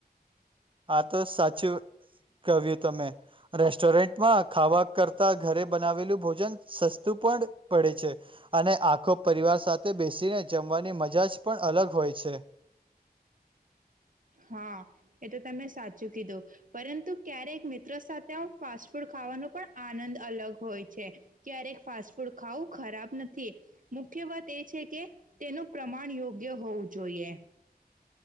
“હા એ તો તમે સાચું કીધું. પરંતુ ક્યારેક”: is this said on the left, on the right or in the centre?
Right